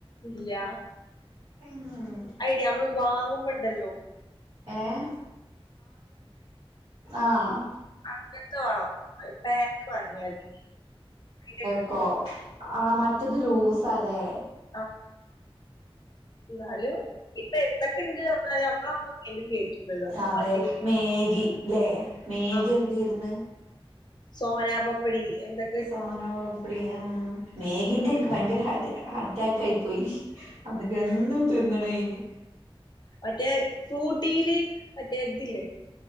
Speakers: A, on the left (about 45°); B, on the right (about 80°).
A: ഇല്ല
B: പിന്നെ
A: അയ്ടീ അമ്മള്ള് വാങ്ങുമ്പോണ്ടല്ലോ
B: ഏഹ് ആഹ്
A: അങ്ങൻത്ത വാങ പാക്ക് വാങ്ങിയാതി പീട്യ
B: ഓഹ് ആഹ് മറ്റത് ലൂസല്ലേ
A: ആഹ് ന്നാലും ഇപ്പൊ എന്തൊക്കെണ്ട് നമ്മളന്നും കണ്ടില്ലേർന്നല്ലോ
B: അതെ
A: പണ്ടേ
B: മേഗി അല്ലേ മേഗി
A: ആ
B: എന്താർന്ന്
A: സോനാ പപ്പടി എന്തൊ
B: സോനാ പപ്പടി ആഹ് മേഗിന്റെ ഇൻക്ക് ഭയങ്കര ഹാറ്റ് അറ്റാക്ക് ആയി പോയി അന്നൊക്കെ എന്നും തിന്ന്ണേനി
A: മറ്റേ ഫ്രൂട്ടീല് മറ്റേ ഇതില്ലേ